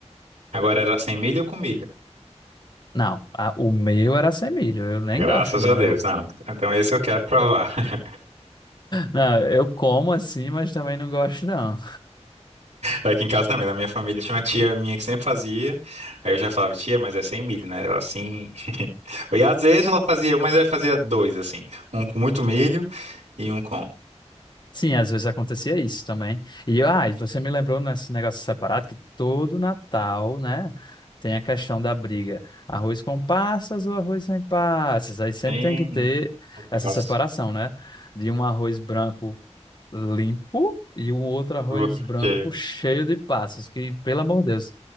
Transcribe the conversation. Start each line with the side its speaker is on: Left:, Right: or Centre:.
Right: Agora era sem milho ou com milho?
Left: Não, a- o meu era sem milho, eu nem
Right: Graças
Left: gosto, não.
Right: a Deus, não. Então esse eu quero provar. <laughs>
Left: Não, eu como assim, mas também não gosto, não.
Right: Aqui em casa também, na minha família, tinha uma tia minha que sempre fazia. Aí eu já falava, tia, mas é sem milho, né? Ela assim. <laughs> E às vezes ela fazia, mas ela fazia dois, assim. Um com muito milho e um com.
Left: Sim, às vezes acontecia isso também. E, ah, e você me lembrou nesse negócio separado que todo Natal, né, tem a questão da briga. Arroz com passas ou arroz sem passas? Aí sempre
Right: Bem.
Left: tem que ter essa
Right: Nossa,
Left: separação, né? De um arroz branco limpo e um outro arroz
Right: o outro
Left: branco
Right: cheio.
Left: cheio de passas, que, pelo amor de Deus,